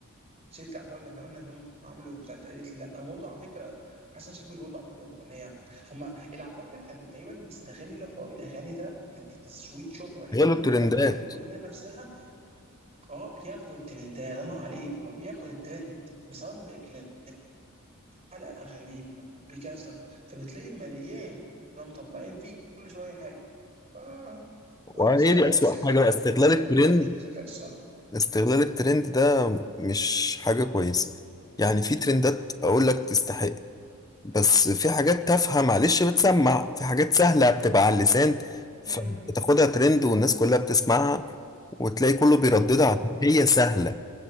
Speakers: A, on the right; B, on the left.
A: سيره العتاوله اللي احنا قلنا ان هم عملوا بتاعت قالت لي لا هو موضوع على فكره حسن شاكوش برضه عمل لهم اغنيه هم العتاوله كان تقريبا بيستغلوا حوار الاغاني ده كتسويت شهره ليهم
B: غير الترندات
A: او للاغنيه نفسها اه بياخدوا الترند ده الله ينور عليك هو بياخد الترند بسواء بكلاب حلقه غريبه بكذا فبتلاقي مليان اللي هم مطلعين فيه كل شويه حاجه ف
B: وايه
A: واقع الصح
B: دي اسوأ
A: بس ذكاء
B: حاجة بقى؟ استغلال
A: ذكاء
B: الترند
A: انا ما عنديش مشكله ذكاء الصح
B: استغلال الترند ده مش حاجة كويسة يعني في ترندات اقول لك تستحق بس في حاجات تافهة معلش بتسمع في حاجات سهلة بتبقى على اللسان فبتاخدها
A: امم
B: ترند والناس كلها بتسمعها وتلاقي كله بيرددها
A: اه
B: عشان هي سهلة